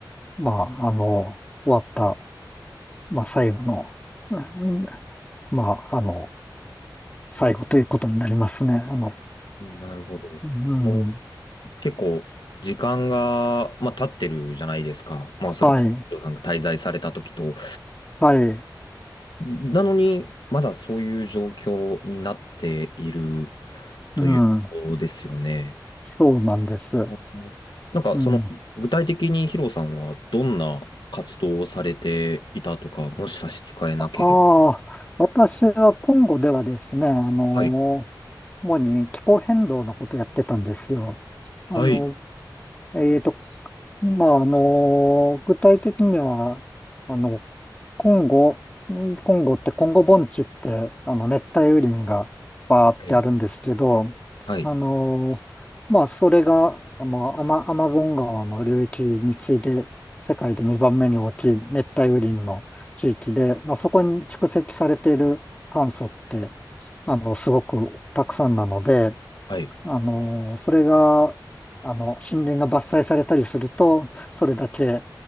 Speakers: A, on the left; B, on the left.
A: まあ、あの、終わったまあ、最後の、うんまあ、あの、最後ということになりますね。あの、
B: なるほど。
A: うん、
B: その結構、時間が、まあ、経ってるじゃないですか。まあ、おそらく、
A: はい、
B: ヒロさんが滞在された時と。
A: はい、
B: なのに、まだそういう状況になっているということですよね。
A: うん、そうなんです。
B: うんなんか、
A: うん、
B: その、具体的にヒロさんはどんな活動をされていたとか、もし差し支えなければ。
A: ああ、私はコンゴではですね、あの、
B: はい。
A: 主に気候変動のことやってたんですよ。
B: はい。
A: あの、えーと、まあ、あの、具体的には、あの、コンゴ、んコンゴって、コンゴ盆地って、あの、熱帯雨林がバーってあるんですけど、
B: はい。はい。
A: あの、まあ、それが、まあ、アマ、アマゾン川の流域に次いで、世界で2番目に大きい熱帯雨林の地域で、まあ、そこに蓄積されている炭素って、あの、すごくたくさんなので、
B: はい。
A: あの、それが、あの、森林が伐採されたりすると、それだけ、